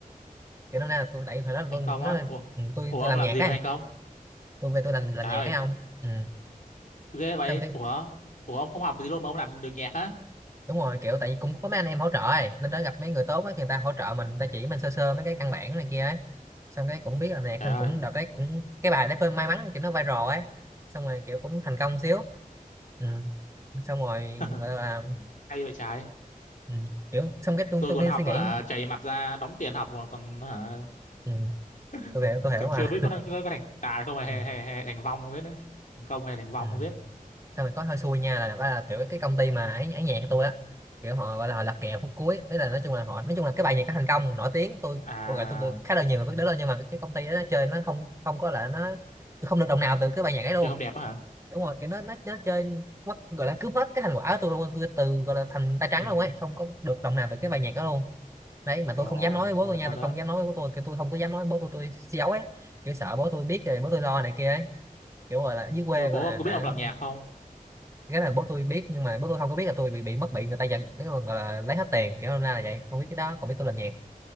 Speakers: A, on the right; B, on the left.
A: kiểu năm nay là tôi tại thời đó là
B: thành
A: tôi cũng
B: công
A: nói
B: á ủa,
A: ừ, tôi
B: ủa
A: tôi
B: ông
A: làm
B: làm
A: nhạc
B: gì
A: ấy
B: mà thành công
A: tôi về tôi làm làm
B: trời
A: nhạc
B: ơi
A: ấy không ừ.
B: ghê vậy
A: xong cái
B: ủa ủa ông không học gì luôn mà ông làm được nhạc á
A: đúng rồi kiểu tại vì cũng có mấy anh em hỗ trợ ấy. lên đó gặp mấy người tốt ấy, người ta hỗ trợ mình người ta chỉ mình sơ sơ mấy cái căn bản này kia ấy xong cái cũng biết là nè
B: trời
A: thằng cũng
B: ơi
A: đợt đấy cũng cái bài đấy may mắn kiểu nó viral ấy xong rồi kiểu cũng thành công xíu ừ. xong rồi
B: <laughs>
A: gọi là
B: hay vậy trái
A: ừ. kiểu xong cái tôi
B: tôi
A: tôi
B: còn
A: nghe
B: học
A: suy nghĩ
B: á hả chảy mặt ra đóng tiền học mà còn hả
A: ừ.
B: <laughs>
A: tôi hiểu tôi hiểu
B: còn
A: mà
B: chưa biết có, thành- có, có thành tài không hay,
A: ừ.
B: hay, hay, hay thành vong không biết nữa thành công hay thành vong
A: Ừ.
B: không biết
A: xong rồi có hơi xui nha là, là kiểu cái công ty mà ấy, ấy nhạc của tôi á kiểu họ gọi là họ lật kèo phút cuối thế là nói chung là họ nói chung là cái bài nhạc nó thành công nổi tiếng tôi
B: à
A: tôi gọi tôi được khá là nhiều người biết đến rồi nhưng mà cái, cái công ty đó nó chơi nó không không có là nó tôi không được đồng nào từ cái bài nhạc ấy luôn
B: chơi không đẹp á hả
A: đúng rồi kiểu nó nó, nó chơi mất gọi là cướp hết cái thành quả của tôi luôn tôi từ gọi là thành tay trắng
B: ừ
A: luôn ấy không có được đồng nào từ cái bài nhạc đó luôn đấy mà
B: ờ
A: tôi không dám nói với bố
B: rồi
A: tôi nha
B: sao
A: tôi
B: nữa
A: không dám nói với bố tôi kiểu tôi không có dám nói với bố tôi tôi giấu ấy kiểu sợ bố tôi biết rồi bố tôi lo này kia ấy kiểu gọi là dưới quê
B: nhưng mà bố
A: gọi là
B: ông có
A: đã
B: biết ông làm nhạc không
A: cái này bố tôi biết nhưng mà bố tôi không có biết là tôi bị bị mất bị người ta giành cái còn gọi là lấy hết tiền kiểu hôm nay là vậy không biết cái đó còn biết tôi làm nhạc